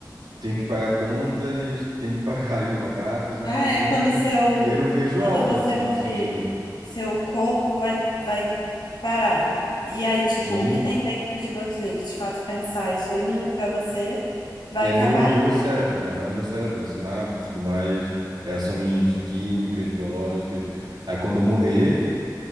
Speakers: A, on the right; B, on the left.
A: tenho que pagar contas, tenho que pagar <laughs> advogados, não
B: Ah,
A: tenho,
B: é quando
A: e eu
B: seu,
A: não, e eu não vejo
B: quando
A: alma,
B: você
A: assim,
B: morrer,
A: nesse sentido.
B: seu corpo vai, vai parar. E aí, tipo,
A: Sim,
B: o que tem dentro de você que te faz pensar isso aí não, pra você vai
A: é
B: acabar
A: meu, meu
B: ali.
A: cérebro, é, é meu cérebro, é sinapse, tudo mais, reações químicas, biológicas. Aí quando eu morrer.